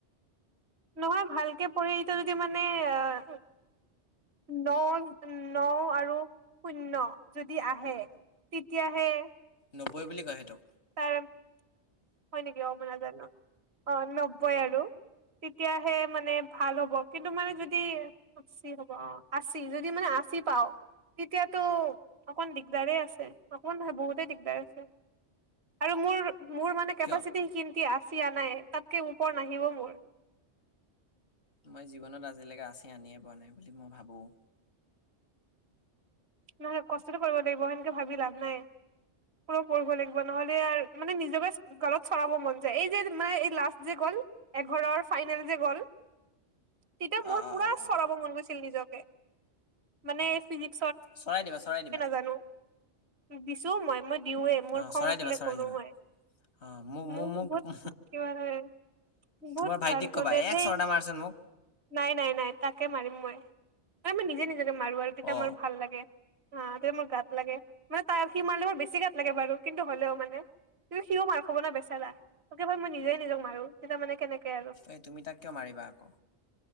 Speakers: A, on the right (about 65°); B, on the left (about 70°).
A: নহয়, ভালকে পঢ়ি এইটো যদি মানে আহ ন ন আৰু শূন্য যদি আহে, তেতিয়াহে
B: নব্বৈ বুলি কয় সেইটোক।
A: তাৰ- হয় নেকি? অ' মই নাজানো। অ' নব্বৈ আৰু, তেতিয়াহে মানে ভাল হ'ব। কিন্তু মানে যদি আশী হ'ব অ' আশী, যদি মানে আশী পাওঁ তেতিয়াতো অকণ দিগদাৰে আছে, অকমান নহয় বহুতে দিগদাৰ আছে। আৰু মোৰ- মোৰ মানে কেপাচিটি
B: কিয়
A: সিখিনটি আশী আনায়ে, তাতকে ওপৰ নাহিব মোৰ।
B: মই জীৱনত আজিলৈকে আশী আনিয়ে পোৱা নাই বুলি মই ভাবোঁ।
A: নহয়, কষ্টটো কৰিব লাগিব, সেনকে ভাবি লাভ নাই। পুৰা পঢ়িব লাগিব, নহলে আৰ মানে নিজকে গালত চৰাব মন যায়, এই যে মানে এই লাষ্ট যে গ'ল এঘৰৰ ফাইনেল যে গ'ল তেতিয়া মোৰ
B: অ
A: পুৰা
B: অ অ অ
A: চৰাব মন গৈছিল নিজকে, মানে ফিজিক
B: চৰাই দিবা, চৰাই দিবা।
A: জানো। দিছোঁ মই, মই দিওঁৱে মোৰ
B: অ
A: খং
B: চৰাই
A: উঠিলে
B: দিবা চৰাই
A: কৰোঁ
B: দিবা
A: মই।
B: অ মোক
A: মোৰ
B: মোক
A: বহুত
B: মোক
A: কিবা <inaudible> বহুত
B: তোমাৰ ভাইটিক
A: ফালতু
B: ক'বা
A: দে ধেই।
B: এক চৰ্দা মাৰচোন মোক
A: নাই নাই নাই তাকে মাৰিম মই, এ মই নিজে নিজকে মাৰো আৰু তেতিয়া
B: অ
A: মোৰ ভাল লাগে। অ তেতিয়া মোৰ গাত লাগে, মানে তাৰ সি মাৰিলে মোৰ বেছি গাত - লাগে বাৰু কিন্তু হ'লেও মানে কিন্তু সিও মাৰ খাব না বেচাৰা তাৰবাবে মই নিজেই নিজক মাৰো। সেই তাৰ মানে কেনেকে আৰু?
B: এই তুমি তাক কিয় মাৰিবা আকৌ